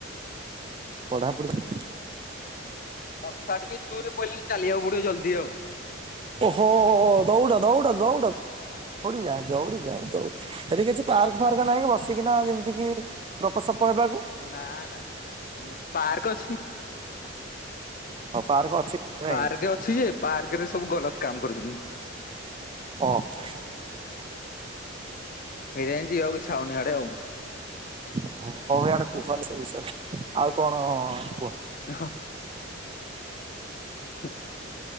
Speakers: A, on the right; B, on the left.
A: ପଢ଼ାପଢ଼ି।
B: ବର୍ଷା ଟିକେ ଜୋର ରେ ପଇଲାଣି ଚାଲିିବାକୁ ପଡିବ ଜଲ୍ଦି ଆଉ।
A: ହୋ ଦଉଡ ଦଉଡ ଦଉଡ। ଦୋଉଡ଼ି ଯା ଜଉଡ଼ି ଜା ଦଉ ସେଠି କିଛି ପାର୍କ ଫାର୍କ ନହିଁ କି ବସିକିନା ଯେମିତି କିି। ଗପସପ ହେବାକୁ।
B: ନା ନା ପାର୍କ ଅଛି
A: ହଁ ପାର୍କ ଅଛି। ନାଇଁ
B: ପାର୍କ
A: କି
B: ଅଛି ଯେ ପାର୍କ ରେ ସବୁ ଗଲତ କାମ କରୁଛନ୍ତି
A: ଓ ହୋ। <inaudible>
B: ହେଇଥି ପାଇଁ ଜିଆକୁ ଇଛା ହଉନି ସାଡେ ଆଉ।
A: ଓ ହୋ ହଉ ଇଆଡେ କୁହନି ସେ ବିଷୟରେ ଆଉ କଣ କୁହ।
B: <inaudible> <unintelligible>